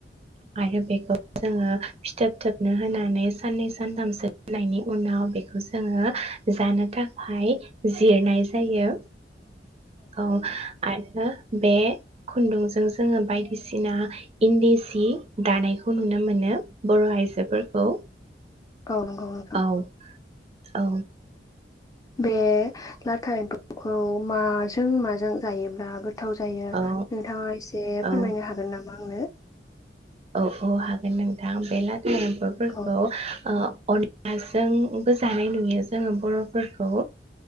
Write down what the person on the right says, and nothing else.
आरो बेखौ जोङो फिथोब थोबनो होनानै साननै सानथामसो होनायनि उनाव बेखौ जोङो जानो थाखाय जिरनाय जायो औ आर रो बे खुन्दुंजों जोङो बायदिसिना इन्दि सि दानायखौ नुनो मोनो। बर' आइजोफोरखौ
औ औ
औ
औ
औ औ हागोन नोंथां बे ला था एम्फौफोरखौ
ओ अनलाजोंबो जानाय नुयो जोङो बर'फोरखौ